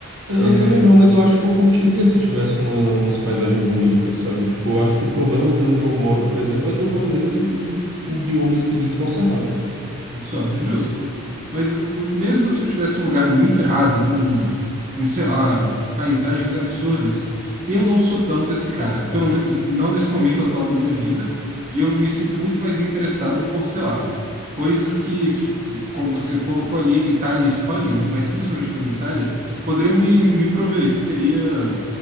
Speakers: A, on the right (about 60°); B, on the right (about 30°).
A: Eu,
B: É,
A: eu também não, mas eu acho que eu curtiria se tivesse uma, umas paisagens bonitas, sabe? Tipo, eu acho que o problema de onde eu moro, por exemplo, é que eu tô no meio de um bioma esquisito que é o Cerrado.
B: Só, justo. Mas m- m- mesmo se eu tivesse um lugar muito irado, com, com, sei lá, paisagens absurdas, eu não sou tanto esse cara. Pelo menos não nesse momento atual da minha vida. E eu me sinto muito mais interessado por, sei lá, coisas que, que como você colocou ali, Itália e Espanha, mas principalmente para mim, Itália, poderiam me, me prover, que seria.